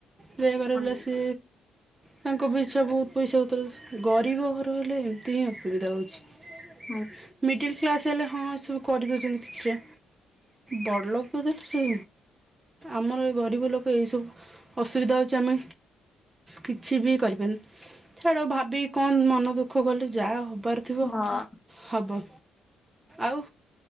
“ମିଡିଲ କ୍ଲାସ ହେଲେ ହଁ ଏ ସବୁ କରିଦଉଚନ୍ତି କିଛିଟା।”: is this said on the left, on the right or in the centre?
Right